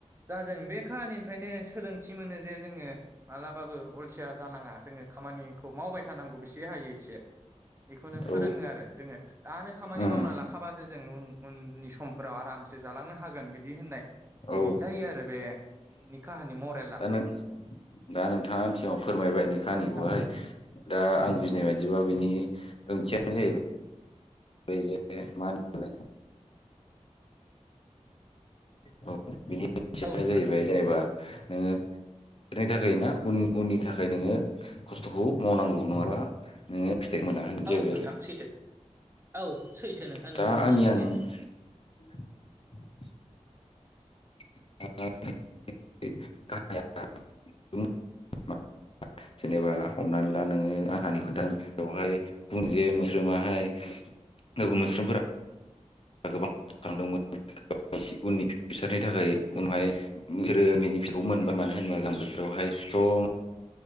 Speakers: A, on the right; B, on the left.
A: दा जों बे खाहानिनिफ्रायनो सोलोंथि मोनो जे जोङो मालाबाबो अलसिया जानाङा जोङो खामानिखौ मावबाय थानांगौ बेसे हायो एसे बेखौनो फोरोङो
B: औ
A: आरो जोङो दानो खामानि
B: औ
A: मावना लाखाबासो जों उन उननि समफोराव आराम से जालांनो हागोन बिदि होननाय
B: औ
A: कि आरो बे नि काहानि मरेला
B: दा नों दा नोंथाङा आंनि सिगाङाव फोरमायबाय नि खाहानिखौहाय
A: औ नोंथां
B: दा आं बुजिनाय बाय बिदिबा बिनि ओंथियानो जाहैबाय बेैज मान <unintelligible> औ बेनि ओंथियानो
A: औ नोंथां
B: जाहैबाय जेनेबा नोङो बेनि थाखाय ना उन उननि थाखाय नोङो खस्थ'खौ मावनांगौ नङाब्ला नोङो फिथाइ मोना होनाय
A: औ
B: जाहैबाय
A: नोंथां
B: आरो
A: सैथो औ सैथो नोंथां
B: दा
A: नोंथि
B: आंनि
A: बुंनायाहाय
B: आं <inaudible> <inaudible> जेनेबा हमनानै ला नोङो आंहानि खोनथां बेवहाय बुं जे मोस्रोमाहाय <unintelligible> मोस्रोमफोरा गोबां थालांदोंमोन उननि फिउसारनि थाखाय उनावहाय रोमैनि फिसाखौ मोनबाय मानो होनोबा मोजां बोथोरावहाय खायसेथ'